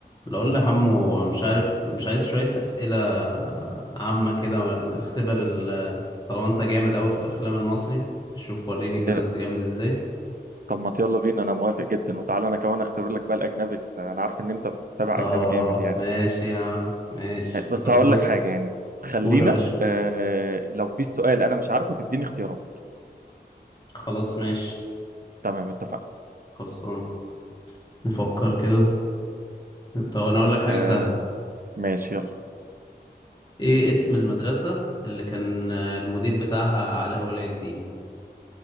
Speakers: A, on the left (about 25°); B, on the right (about 55°).
A: لو قول لحمو مش عارف مش عايز شوية أسئلة عامة كده اختبر ال طالما انت جامد أوي في الأفلام المصري شوف وريني
B: يا-
A: كده انت جامد ازاي
B: طب ما يلا بينا انا موافق جدا وتعالى انا كمان اختبر لك بقى الاجنبي ال- انا عارف ان انت بتتابع
A: اه
B: اجنبي جامد يعني
A: ماشي يا عم ماشي
B: بس
A: طب
B: هقول
A: بص
B: لك حاجه يعني خلينا
A: قول يا باشا
B: آه لو في سؤال انا مش عارفه تديني اختيارات
A: خلاص ماشي
B: تمام اتفقنا
A: خلصان نفكر كده طب انا اقول لك حاجة
B: آه
A: سهلة
B: ماشي يلا
A: ايه اسم المدرسة اللي كان آه، المدير بتاعها علاء ولي الدين